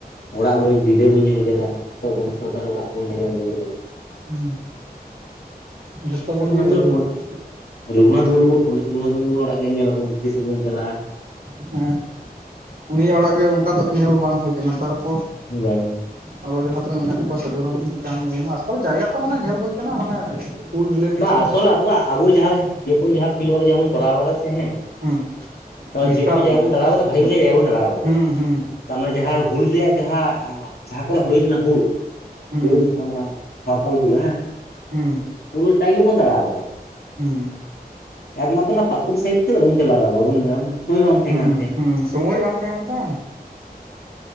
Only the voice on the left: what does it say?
ᱚᱲᱟᱜ ᱵᱟᱹᱧ ᱰᱤᱸᱰᱟᱹ ᱵᱟᱹᱧ ᱧᱮᱞ ᱠᱮᱫᱟ᱾ ᱚᱠᱚᱭ ᱵᱚᱝᱥᱚᱫᱷᱚᱨ ᱚᱲᱟᱜ ᱠᱚ ᱞᱟᱹᱭᱟ ᱡᱮ <unintelligible>
ᱮᱠᱷᱚᱱᱳ
ᱛᱟᱨᱯᱚᱨ,
ᱨᱚᱜᱷᱩᱱᱟᱛᱷ ᱢᱩᱨᱢᱩ ᱯᱚᱱᱰᱤᱛ ᱨᱚᱜᱷᱩᱱᱟᱛᱷ ᱢᱩᱨᱢᱩᱣᱟᱜ ᱚᱲᱟᱜ ᱜᱮ ᱧᱮᱞᱚᱜ ᱵᱚᱱ ᱛᱤᱥ ᱵᱚᱱ ᱪᱟᱞᱟᱜ-ᱟ?
ᱵᱟᱝ
ᱵᱟ
ᱟᱥᱚᱞ ᱟᱵᱚᱣᱟᱜ ᱟᱵᱚ ᱡᱟᱦᱟᱸ ᱡᱮᱠᱳᱱᱳ ᱡᱟᱦᱟᱸ ᱯᱷᱤᱞᱣᱟᱹᱨ ᱡᱟᱦᱟᱸ ᱵᱚᱱ ᱠᱚᱨᱟᱣ ᱠᱟᱫᱟ ᱥᱮ ᱦᱮᱸ᱾
ᱛᱚ,
ᱡᱮᱴᱩᱠᱩ
ᱡᱟᱭᱜᱟ
ᱵᱚᱱ
ᱫᱟᱬᱟᱣ
ᱠᱟᱫᱟ ᱵᱷᱟᱜᱤ
ᱜᱮ ᱡᱟᱭᱜᱟ ᱵᱚᱱ ᱫᱟᱬᱟᱣ ᱠᱟᱫᱟ᱾
ᱛᱟᱨᱢᱟᱱᱮ ᱡᱟᱦᱟᱸ ᱦᱩᱞ ᱨᱮᱭᱟᱜ ᱡᱟᱦᱟᱸ ᱡᱟᱦᱟᱸ ᱠᱚᱨᱮ ᱦᱩᱭ ᱞᱮᱱᱟ ᱦᱩᱞ,
ᱦᱩ ᱪᱮᱫ ᱠᱚ ᱢᱮᱱᱟ ᱥᱟᱶᱛᱟᱞ ᱦᱩᱞ ᱦᱮᱸ
ᱯᱩᱨᱟᱹᱴᱟ ᱜᱮᱵᱚᱱ ᱫᱟᱬᱟᱣ ᱠᱟᱫᱟ᱾
ᱮᱠᱢᱟᱛᱨᱚ ᱚᱱᱟ ᱯᱟᱠᱩᱲ ᱥᱟᱭᱤᱰ ᱛᱮ ᱵᱟᱵᱩᱱ ᱪᱟᱞᱟᱣ ᱵᱟᱵᱩᱱ ᱥᱚᱢᱚᱭ ᱵᱟᱝ ᱛᱟᱦᱮᱸ
ᱠᱟᱱᱛᱮ᱾